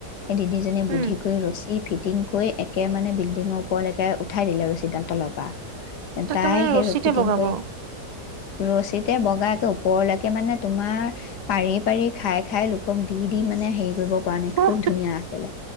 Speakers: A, on the left; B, on the right.
A: সেই দিদিজীয়ে
B: উম
A: বুদ্ধি কৰি ৰছী ফিটিং কৰি একে মানে বিল্ডিংৰ ওপৰলৈকে উঠাই দিলে ৰছীডাল তলৰ পৰা
B: তাকে
A: তাই
B: মানে ৰছিতে
A: সেই ফিটিং
B: বগাব।
A: কৰি ৰছীতে বগাাকে ওপৰলৈকে মানে তোমাৰ পাৰি পাৰি খাই খাই লোকক দি দি মানে হেৰি কৰিব <unintelligible>
B: উহ
A: খুব ধুনীয়া আছিলে